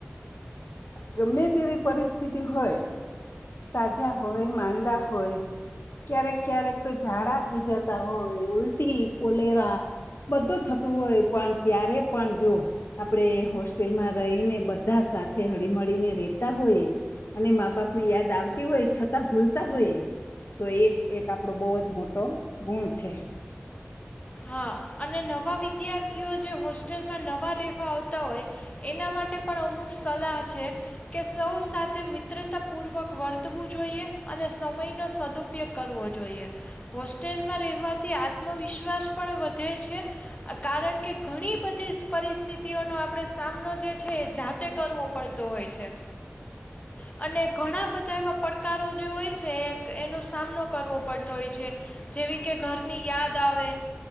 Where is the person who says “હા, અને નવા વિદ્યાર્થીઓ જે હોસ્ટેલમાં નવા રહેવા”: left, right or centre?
Left